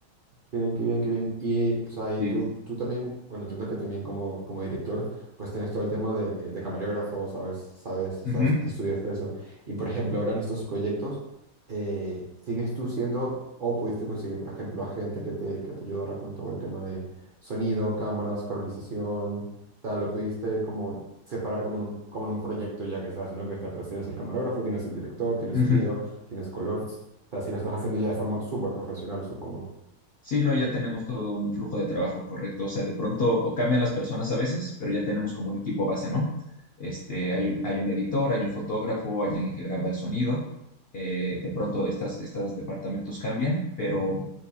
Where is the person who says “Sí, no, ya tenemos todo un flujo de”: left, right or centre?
Left